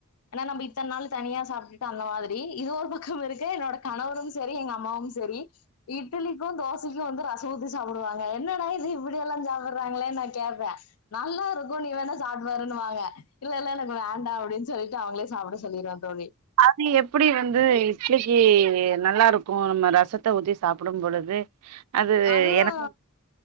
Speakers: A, on the left (about 75°); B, on the right (about 80°).
A: ஏனா நம்ப இத்தன் நாள் தனியா சாப்ட்டுட்டு அந்த மாரி இது ஒரு பக்கம் இருக்க என்னோட கணவரும் செரி எங்க அம்மாவும் செரி இட்டலிக்கு தோசைக்கு வந்து ரச ஊத்தி சாப்புடுவாங்க என்னடா இது இப்டியெல்லா சாப்பட்டுறாங்ளே நா கேப்ப நல்லா இருக்கு நீ வேணா சாப்ட்டுபாருன்வாங்க இல்லல்ல எனக் வேண்டா அப்டின் சொல்லிட்டு அவங்ளே சாப்பட சொல்லிருவ தோழி
B: அது எப்டி வந்து இட்லிக்கு நல்லா இருக்கு நம்ம ரசத்த ஊத்தி சாப்படும் பொழுது அது
A: அதுதா
B: எனக்கு